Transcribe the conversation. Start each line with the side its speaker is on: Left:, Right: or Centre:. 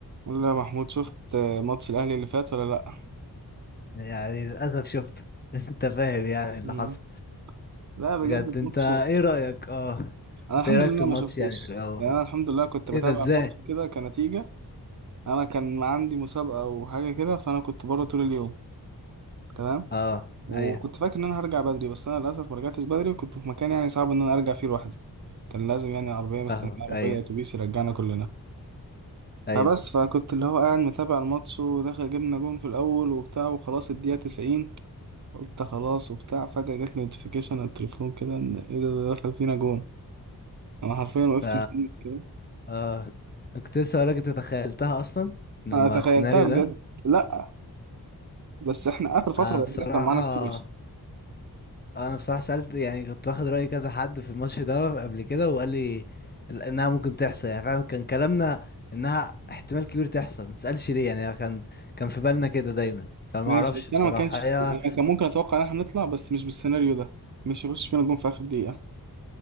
Right: لا يا محمود شفت ماتش الاهلي اللي فات ولا لا
Left: يعني للأسف شفته <laughs> انت فاهم يعني اللي
Right: مم.
Left: حصل
Right: لا بجد
Left: بجد انت
Right: الماتش
Left: ايه رأيك اه
Right: انا
Left: انت
Right: الحمد
Left: ايه رأيك
Right: لله
Left: في الماتش
Right: ما شفتوش
Left: يعني من الأول
Right: يعني انا الحمد لله كنت بتابع
Left: ايه ده ازاي
Right: الماتش كده كنتيجة انا كان عندي مسابقة وحاجة كده فانا كنت بره طول اليوم تمام
Left: اه
Right: وكنت
Left: ايوه
Right: فاكر ان انا هرجع بدري بس انا للاسف ما رجعتش بدري وكنت في مكان يعني صعب ان انا ارجع فيه لوحدي كان لازم يعني عربية مستنية
Left: فاهمك
Right: عربية
Left: ايوه
Right: اتوبيس يرجعنا كلنا
Left: ايوه
Right: فبس فكنت اللي هو قاعد متابع الماتش وداخل جبنا جون في الاول وبتاع وخلاص الدقيقة 90 قلت خلاص وبتاع فجأة جاتلي نوتيفيكيشن على التليفون كده ان ايه ده ده دخل فينا جون انا حرفيا وقفت
Left: ف
Right: متأمل كده
Left: اه كنت لسه هقولك انت تخيلتها اصلا لما
Right: انا تخيلتها
Left: السيناريو
Right: بجد
Left: ده
Right: لا بس احنا اخر فترة
Left: انا
Right: بقى
Left: بصراحة
Right: بيحصل معانا كتير
Left: انا بصراحه سالت يعني كنت واخد راي كذا حد في الماتش ده قبل كده وقال لي انها ممكن تحصل يعني فعلا كان كلامنا انها احتمال كبير تحصل ما تسالش ليه يعني كان كان في بالنا كده دايما فما
Right: ماشي
Left: اعرفش
Right: بس
Left: بصراحه
Right: انا ما كانش
Left: هي
Right: انا كان ممكن اتوقع ان احنا نطلع بس مش بالسيناريو ده مش يخش فينا جون في اخر دقيقة